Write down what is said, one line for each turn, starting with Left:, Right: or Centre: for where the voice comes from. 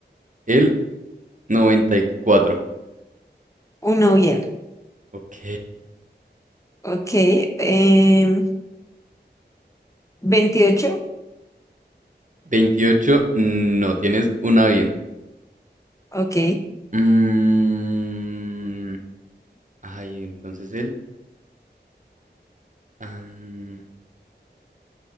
Right: El noventa y cuatro,
Left: uno bien.
Right: Ok.
Left: Ok, em, 28.
Right: veintiocho, No tienes una bien.
Left: Ok, em,
Right: Mm, Ay, entonces el... am,